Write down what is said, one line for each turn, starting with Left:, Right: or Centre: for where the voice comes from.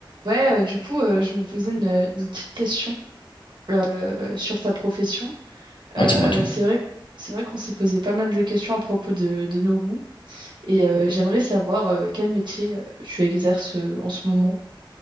Right: Ouais, euh, du coup, euh, je me posais une, une petite question euh, sur ta profession. Euh,
Left: Ouais, dis-moi tout.
Right: c'est vrai, c'est vrai qu'on s'est posé pas mal de questions à propos de, de nos goûts et euh, j'aimerais savoir euh, quel métier euh, tu exerces euh, en ce moment.